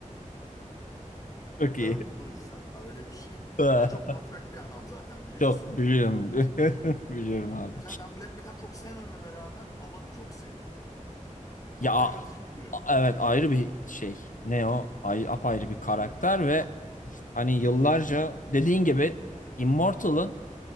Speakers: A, on the left; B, on the left.
A: <laughs> Çok
B: Bombers
A: iyi.
B: hatta öyle bir şey.
A: <laughs>
B: Ya çok matrak bir adam zaten biliyorsun.
A: Çok biliyorum. <laughs> Biliyorum abi.
B: Mesela ben black metal çok sevmememe rağmen Abbath'ı çok seviyorum. Çok
A: Ya
B: da yaratıcı buluyorum.
A: a- evet ayrı bir şey. Ne o? Ay, apayrı bir karakter ve hani yıllarca dediğin gibi Immortal'ın